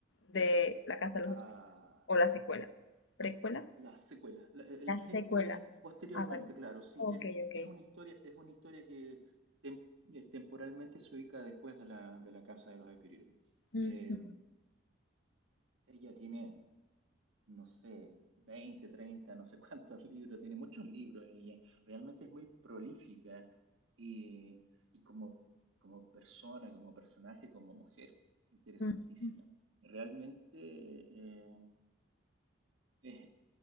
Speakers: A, on the left; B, on the right.
A: De La Casa de los
B: ah,
A: Espíritus. O la secuela. ¿Precuela?
B: La secuela, la- el-
A: La secuela.
B: es el que viene posteriormente,
A: Ah, vale.
B: claro, sí,
A: Ok,
B: es,
A: ok.
B: es una historia, es una historia que tem- eh, temporalmente se ubica después de la, de la Casa de los Espíritus.
A: Ujú,
B: Eh, ella tiene, no sé, 20 30 no sé cuántos <laughs> libros, tiene muchos libros ella, realmente es muy prolífica y, y como, como persona, como personaje, como mujer, interesantísima.
A: ujú.
B: Realmente eh, es,